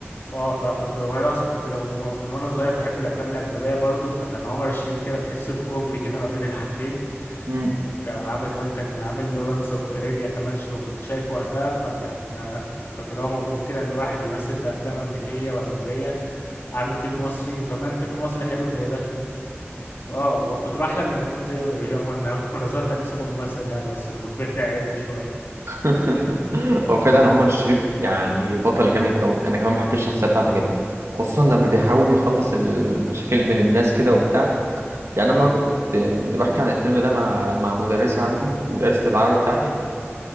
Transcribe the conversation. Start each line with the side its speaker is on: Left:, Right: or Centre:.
Left: اه فكنت وانا اصلا كنت لو- من وانا صغير بحب الافلام الاجنبيه برضه فكان عمر الشريف كده تحس الكوبري كده ما بين الحاجتين
Right: امم
Left: كان عامل كمان كان عامل لورنس اوف ارابيا كمان شو كنت شايفه وقتها فكان آه، كنت اللي هو مبهور كده ان واحد بيمثل في افلام امريكيه واجنبيه عامل فيلم مصري وكمان فيلم مصري حلو زي ده فاه وكنت بحلم ان اكون زيه يوما ما <laughs> وانا صغير كان نفسي اكون ممثل يعني بس لما كبرت عقلت شويه
Right: <laughs> هو فعلا عمر الشريف يعني بطل جامد قوي انا كمان بحب الشخصيه بتاعته جدا خصوصا لما بيحاول يخلص المشاكل بين الناس كده وبتاع يعني انا
Left: اه
Right: مره كنت كنت بحكي عن الفيلم ده مع مع مدرسه عندي مدرسه العربي بتاعتي